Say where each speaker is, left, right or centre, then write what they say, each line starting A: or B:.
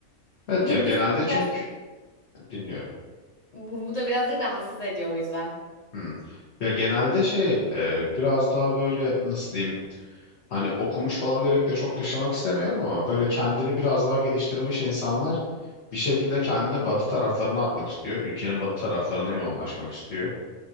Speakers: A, on the left; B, on the left.
A: Evet
B: Bu da
A: ya genelde
B: biz
A: çünkü
B: biraz
A: dinliyorum.
B: bu bu da birazcık rahatsız ediyor o yüzden.
A: Hmm. Ya genelde şey e, biraz daha böyle nasıl diyeyim hani okumuş falan diyerek de çok dışlamak istemiyorum ama böyle kendini biraz daha geliştirmiş insanlar bir şekilde kendini batı taraflarına atmak istiyor. Ülkenin batı taraflarına yoğunlaşmak istiyor.